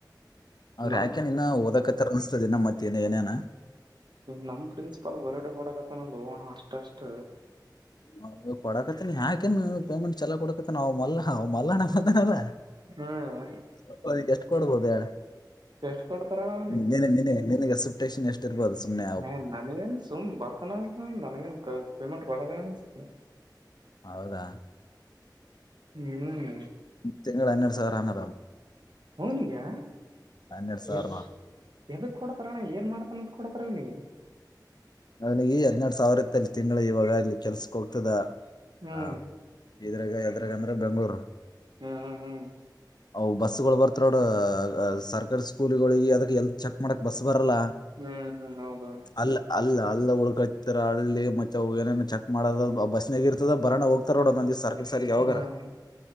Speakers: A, on the left; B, on the right.
A: ಅವ್ರ
B: ನಮ್
A: ಯಾಕೆನ್ ಇನ್ನ ಓದಕತ್ತ ಅನ್ಸ್ತದನ್ನ ಮತ್ತಏನ ಏನೇನ
B: ನಮ್ ಪ್ರಿನ್ಸಿಪಲ್ ಬರಟ ಕೊಡಕತ್ತನಲ್ಲ ಅವ ಅಷ್ಟಷ್ಟ
A: ಹ ಕೊಡಕತ್ತನ ಯಾಕನ್ ಪೇಮೆಂಟ್ ಚಲ ಕೊಡಕತ್ತನ್ ಅವ ಮಲ್ಲ ಅವ ಮಲ್ಲಣ್ಣ ಮತನಲ್ಲ
B: ಹ್ಮ್
A: ಅದ್ಕ್ ಎಷ್ಟು ಕೊಡ್ಬಹದು ಹೇಳ? <unintelligible>
B: ಎಷ್ಟ್ ಕೊಡ್ತಾರ ಅವನಿ
A: ನಿಗೆ <unintelligible> ಸ್ಟೇನ್ ಎಷ್ಟ ಇರ್ಬೋದು ಸುಮ್ಮನೆ
B: ಹ ನನಗಏನ್ ಸುಮ್ ಬರ್ತಾನ ಅಂತ ನನ್ಗನ್ ಪೇಮೆಂಟ್ ಕೊಡಲ್ಲ ಅನ್ಸತದ
A: ಹೌದಾ
B: ಹ್ಮ್
A: ತಿಂಗಳು ಹನ್ನೆರಡು ಸಾವ್ರನ್ನ
B: ಅವನಿಗೆ
A: ಹನ್ನೆರಡ್ ಸಾವಿರ
B: ಎದ ಎದಕ್ ಕೊಡತರಣ್ಣ ಏನ್ ಮಾಡ್ ನತ್ ಕೊಡತ್ರ ನೀ
A: ಅವನ ಈ ಹದಿನ್ಯೆದು ಸಾವಿರ ಇತ್ತಲ್ಲಿ ತಿಂಗಳು ಇವಾಗ ಅಲ್ಲಿ ಕೆಲ್ಸಕ್ ಹೋಗ್ತದ
B: ಹ್ಮ್
A: ಹ ಇದ್ರ ಯದ್ರಾಗ ಅಂದ್ರೆ ಬೆಂಗ್ಳೂರು
B: ಹ್ಮ್ ಹ್ಮ್ ಹ್ಮ್
A: ಅವು ಬಸ್ಗಳು ಬರ್ತೋವ ನೋಡು ಸರ್ಕಾರಿ ಸ್ಕೂಲ್ಗಳಿಗೆ ಅದಕ್ಕೆ ಎಲ್ತ್ ಚೆಕ್ ಮಾಡಕ್ ಬಸ್ ಬರಲ್ಲ
B: ಹ್ಮ <unintelligible> ಹೌದ
A: ಅಲ್ಲ ಅಲ್ಲ ಅಲ್ಲ ಉಳ್ಕಾತಾರ ಹಳ್ಳಿ ಮತ್ತೆ ಏನ್ ಚೆಕ್ ಮಾಡದ ಬಸ್ನಾಗ ಇರ್ತದ ಬರಾನ ಹೋಗ್ತಾರ ನೋಡ ನಂದ ಸರ್ಕ ಸರ್ಕ ಯಾವಾಗರ
B: ಹ್ಮ್